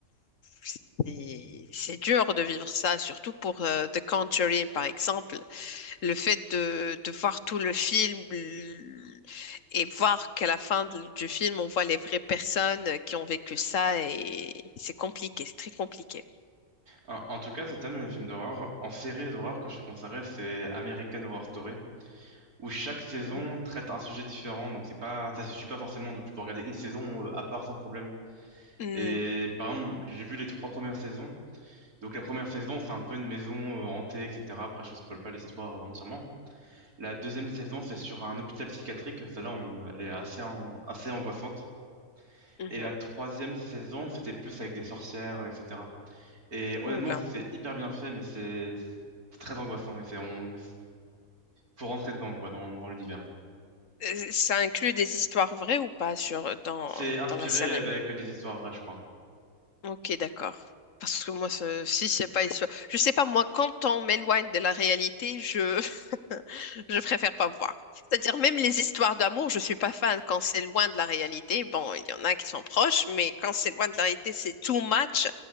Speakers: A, on the left; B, on the right.
A: c'est c'est dur de vivre ça, surtout pour euh, The Conjuring, par exemple. Le fait de, de voir tout le film l- et voir qu'à la fin de- du film, on voit les vraies personnes qui ont vécu ça et c'est compliqué, c'est très compliqué.
B: En, en tout cas, c'est thème les films d'horreur. En série d'horreur que je te conseillerais, c'est American Horror Story. où chaque
A: Mhm.
B: saison traite un sujet différent. Donc c'est pas, ça se suit pas forcément. Donc tu peux regarder une saison euh, à part sans problème.
A: Mhm,
B: Et par exemple, j'ai vu les trois premières saisons. Donc la première saison, c'est un peu une maison euh, hantée, etc. Après, je spoil pas l'histoire euh, entièrement. La deuxième saison, c'est sur un hôpital psychiatrique. Celle-là, on- elle est assez, an- assez angoissante.
A: mhm,
B: Et la
A: mhm.
B: troisième saison, c'était plus avec des sorcières, euh, etc. Et honnêtement,
A: Oula.
B: c'est hyper bien fait, mais c'est c'est très angoissant. Et c'est, on, faut rentrer dedans, quoi, dans, dans l'univers.
A: Euh, Ça inclut des histoires vraies ou pas sur dans,
B: C'est inspiré
A: dans la série?
B: avec des histoires vraies, je crois.
A: Ok, d'accord. Parce que moi, ce- si c'est pas histoire, je sais pas moi. Quand on m'éloigne de la réalité, je <laughs> je préfère pas voir. C'est-à-dire même les histoires d'amour, je suis pas fan quand c'est loin de la réalité. Bon, il y en a qui sont proches, mais quand c'est loin de la réalité, c'est too much.